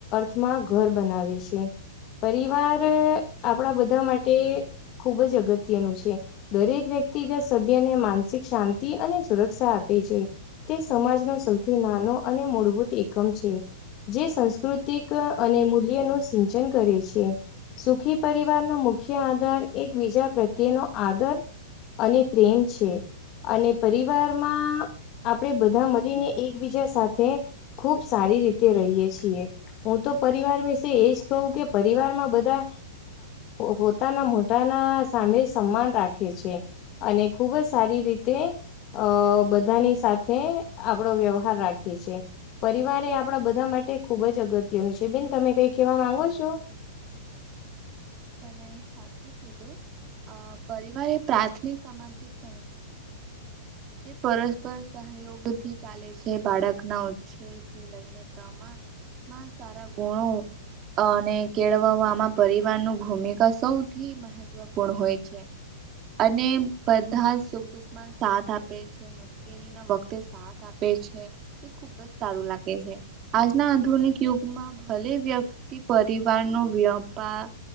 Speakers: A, on the left (about 35°); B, on the right (about 30°).
A: માં ઘર બનાવે છે પરિવાર આપણા બધા માટે ખુબ જ અગત્યનું છે. દરેક વ્યક્તિગત સભ્યને માનસિક શાંતિ અને સુરક્ષા આપે છે. તે સમાજનો સૌથી નાનો અને મૂળભૂત એકમ છે જે સંસ્કૃતિક અને મૂલ્ય નું સિંચન કરે છે. સુખી પરિવારનો મુખ્ય આધાર એક બીજા પ્રત્યેનો આદર અને પ્રેમ છે. અને પરિવારમાં આપણેે બધા મળીને એકબીજા સાથે ખૂબ સારી રીતે રહીયએ છીએ. હું તો પરિવાર વિશે એજ કહું કે પરિવાર માં બધા પોતાના મોઢાના સામે સમાન રાખે છે. અને ખુબ જ સારી રીતે અ બધાની સાથે આપડો વ્યવહાર રાખીએ છીએ. પરિવાર એ આપણા બધા માટે ખુબ જ અગત્યનું છે બેન તમે કઈ કેહેવા માંગો છો.
B: તમે સાચું કીધું અ પરિવારે પ્રાથમિક સામાજિક સં જે પરસ્પર સહયોગ થી ચાલે છે બાળકના ઉછેર થી લઈને તમ સા ગુણો અને કેળવવામાં પરિવાર નો ભૂમિકા સૌથી મહત્વપૂર્ણ હોય છે. અને બધા સુખ દુઃખમાં સાથ આપે છે. મુશ્કેલી ના વખતે સાથ આપે છે તે ખુબ જ સારું લાગે છે. આજના આધુનિક યુગમાં ભલે વ્યક્તિ પરિવારનો વ્યાપાર